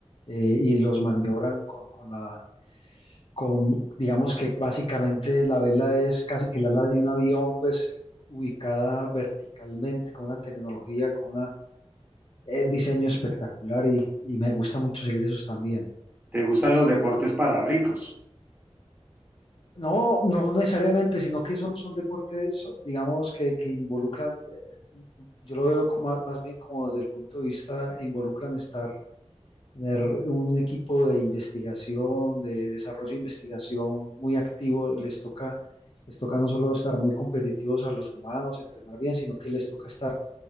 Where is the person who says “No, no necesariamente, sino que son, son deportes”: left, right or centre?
Left